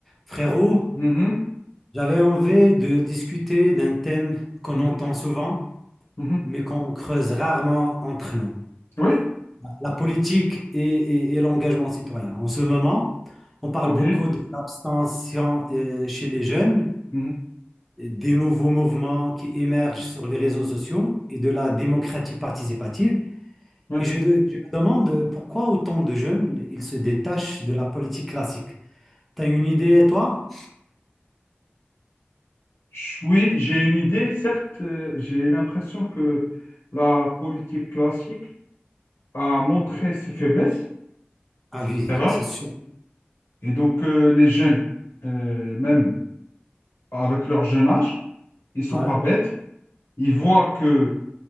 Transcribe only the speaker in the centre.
Frérot,
j'avais envie de discuter d'un thème qu'on
entend souvent,
mais qu'on creuse rarement entre nous.
La politique et, et- et l'engagement citoyen. En ce moment, on parle
beaucoup de l'abstention euh, chez les jeunes,
des nouveaux mouvements qui émergent sur les réseaux sociaux et de la démocratie participative.
Et je, de- je me demande pourquoi autant de jeunes, ils se détachent de la politique classique. T'as une idée,
toi?
Ah
oui,
c'est sûr.
Ouais.